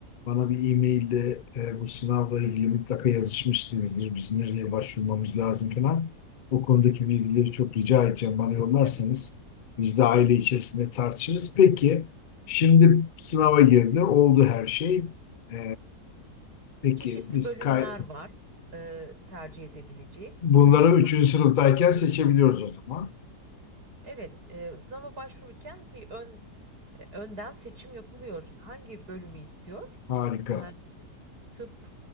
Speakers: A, on the left; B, on the right.
A: bana bir e-mailde e, bu sınavla ilgili mutlaka yazışmışsınızdır. Biz nereye başvurmamız lazım falan. O konudaki bilgileri çok rica edeceğim. Bana yollarsanız
B: Tabii ki.
A: biz de aile içerisinde tartışırız. Peki şimdi sınava girdi. Oldu her şey. E, peki
B: Çeşitli
A: biz
B: bölümler
A: kay
B: var e, tercih edebileceği.
A: bunları
B: Kızınız
A: 3.
B: hangi?
A: sınıftayken
B: diyor?
A: seçebiliyoruz o zaman.
B: Evet, e, sınava başvururken bir ön e, önden seçim yapılıyor. Hangi bölümü istiyor?
A: Harika.
B: Mühendislik, tıp